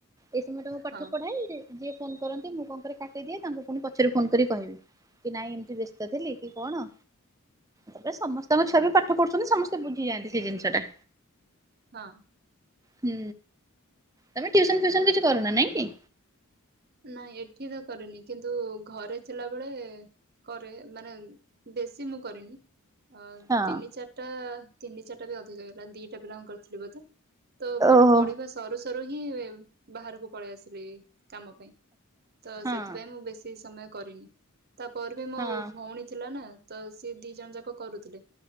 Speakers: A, on the right; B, on the right.
A: ଏଇ ସମୟରେ ମୁଁ ପାଠ
B: ହଁ
A: ପଢା଼ଏ ଯିଏ ଫୋନ କରନ୍ତି ମୁଁ କଣ କରେ କାଟିଦିଏ ତାଙ୍କୁ ପୁଣି ପଛରେ ଫୋନ କରି କହିବି। କି ନାଇଁ ଏମିତି ବ୍ୟସ୍ତ ଥିଲି କି କଣ। ତାପରେ ସମସ୍ତଙ୍କ ଛୁଆ ବି ପାଠ ପଢ଼ୁଛନ୍ତି ସମସ୍ତେ ବୁଝିଯାଆନ୍ତି ସେ ଜିନିଷ ଟା।
B: ହଁ।
A: ହୁଁ। ତମେ ଟ୍ୟୁସନ ଫ୍ୟୁସନ କିଛି କରୁନା ନାଇଁ କି?
B: ନାଇଁ ଏଠି ର କରେନି କିନ୍ତୁ ଘରେ ଥିଲାବେଳେ କରେ ମାନେ ବେଶୀ ମୁଁ କରେନି। ଅ
A: ହଁ
B: ତିନି ଚାରିଟା ତିନି ଚାରିଟା ବି ଅଧିକ ହେଇଗଲା ଦିଟା ପିଲାଙ୍କୁ କରିଥିଲି ବୋଧେ ତ ମୋର
A: ଓହୋ।
B: ପଢ଼ିବା ସରୁ ସରୁ ହିଁ ବାହାରକୁ ପଳେଇ ଆସିଲି କାମ ପାଇଁ। ତ
A: ହଁ
B: ସେଥିପାଇଁ ମୁଁ ବେଶୀ ସମୟ କରିନି ତାପରେ ବି ମୋ
A: ହଁ
B: ଭଉଣୀ ଥିଲା ନା। ତ ସିଏ ଦି ଜଣ ଯାକ କରୁଥିଲେ